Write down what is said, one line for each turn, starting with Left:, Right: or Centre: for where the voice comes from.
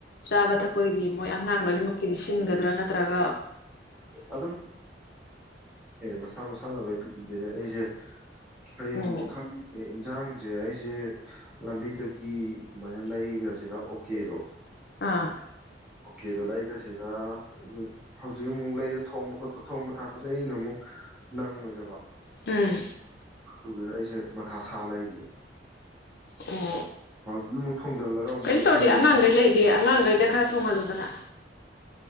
Left: ꯆꯥꯕ ꯊꯛꯄ ꯈꯣꯏꯗꯤ ꯃꯣꯏ ꯑꯉꯥꯡ ꯂꯣꯏꯅꯃꯛꯀꯤꯗꯤ ꯁꯤꯟꯒꯗ꯭ꯔꯥ ꯅꯠꯇꯥ ꯇ꯭ꯔꯒ
Centre: ꯑꯗꯨꯝ ꯃꯁꯥ ꯃꯁꯥꯅꯩꯗꯣꯏꯅꯦ ꯑꯩꯁꯦ ꯍꯌꯦꯡꯁꯦ
Left: ꯑꯣ
Centre: ꯈꯪꯅꯤꯡꯉꯦ ꯏꯟꯖꯥꯡꯁꯦ ꯑꯩꯁꯦ ꯂꯝꯕꯤꯗꯒꯤ ꯑꯗꯨꯃꯥꯏꯅ ꯂꯩꯒ꯭ꯔꯥꯁꯤꯔ ꯑꯣꯀꯦꯗꯣ꯫
Left: ꯑꯥ
Centre: ꯑꯣꯀꯦꯗꯣ ꯂꯩꯈ꯭ꯔꯁꯤꯔ꯫ <unintelligible> ꯍꯧꯖꯤꯛ ꯑꯃꯨꯛ ꯂꯩꯔꯒ ꯊꯣꯡꯕ ꯈꯣꯠꯄ ꯊꯣꯡꯕ ꯊꯥꯛꯄꯁꯦ ꯑꯩꯅ ꯑꯃꯨꯛ ꯅꯪꯉꯣꯏꯗꯕ꯫
Left: ꯎꯝ
Centre: ꯑꯗꯨꯗꯨꯅ ꯑꯩꯁꯦ ꯃꯊꯥ ꯁꯥ ꯂꯩꯔꯤꯌꯦ꯫
Left: ꯑꯣ꯫
Centre: <unintelligible> ꯑꯃꯨꯛ
Left: ꯀꯩꯅꯣ ꯇꯧꯔꯗꯤ
Centre: ꯍꯌꯦꯡꯗꯣ
Left: ꯑꯉꯥꯡꯒꯩ ꯂꯩꯔꯗꯤ ꯑꯉꯥꯡꯒꯩꯗ꯫ ꯈꯔ ꯊꯣꯡꯍꯜꯂꯨꯗꯅ꯫